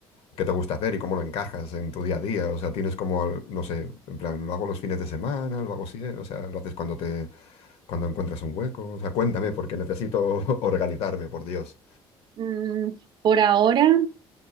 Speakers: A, on the left; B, on the right.
A: qué te gusta hacer y cómo lo encajas en tu día a día? O sea, tienes como, al- no sé, en plan, lo hago los fines de semana, lo hago así, o sea, lo haces cuando te, cuando encuentras un hueco. O sea, cuéntame, porque necesito <laughs> organizarme, por Dios.
B: Mm, por ahora.